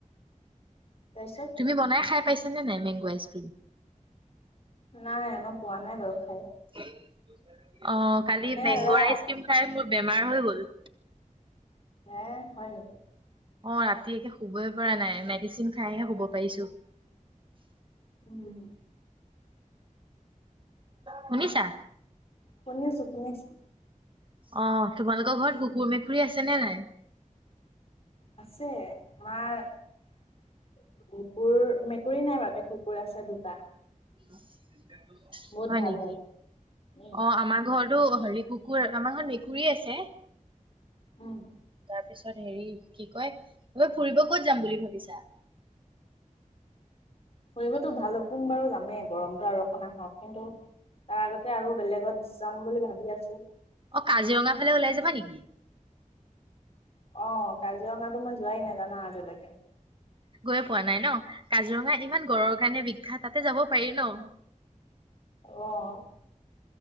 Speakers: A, on the left (about 50°); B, on the right (about 40°).
A: তাৰপিছত
B: তুমি বনাই খাই পাইছা? নাই মেংগ আইচক্ৰিম?
A: নাই, মই পোৱা নাই বাৰু খাই।
B: <unintelligible> অ' কালি
A: মানে
B: মেংগ'ৰ
A: এয়া
B: আইচক্ৰিয খাই মোৰ বেমাৰ হৈ গ'ল।
A: হে হয় নেকি?
B: অ' ৰাতি একে শুবই পৰা নাই, মেডিচিন খাইহে শুব পাৰিছো।
A: উম
B: শুনিছা
A: শুনিছো শুনিছো
B: অ' তোমালোকৰ ঘৰত কুকুৰ মেকুৰী আছে নে নাই?
A: আছে, আমাৰ <unintelligible> কুৰ মেকুৰী নাই বাৰুতে কুৰ আছে দুটা।
B: <unintelligible>
A: বহুত
B: হয়
A: ভাল
B: নেকি,
A: উম
B: অ' আমাৰ ঘৰত টো হেৰি কুকুৰ আমাৰ ঘৰত মেকুৰী আছে।
A: উম
B: তাৰপিছত হেৰি কি কয়, ঐ ফুৰিব ক'ত যাম বুলি ভাবিছা?
A: ফুৰিবতো ভালুক পুং বাৰু যাম। মে গৰমতো আৰু অকণ আহক, কিন্তু তাৰ আগতে আৰু বেলেগত যাম বুলি ভাবি আছো।
B: অ কাজিৰঙা ফালে ওলাই যাবা নেকি?
A: অ কাজিৰঙাতো মই যোৱাই নাই জানা আজিলৈকে
B: পোৱা নাই ন কাজিৰঙা ইমান গঁড়ৰ কাৰণে বিখ্যাত তাতে যাব পাৰি ন
A: অহ